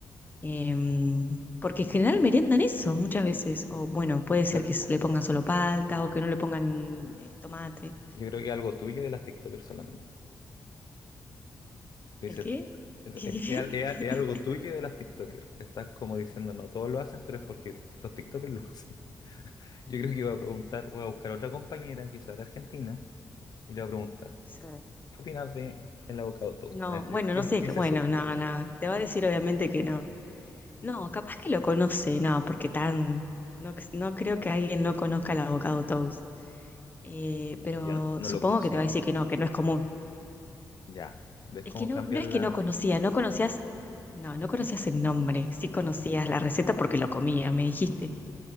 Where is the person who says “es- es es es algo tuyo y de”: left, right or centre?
Left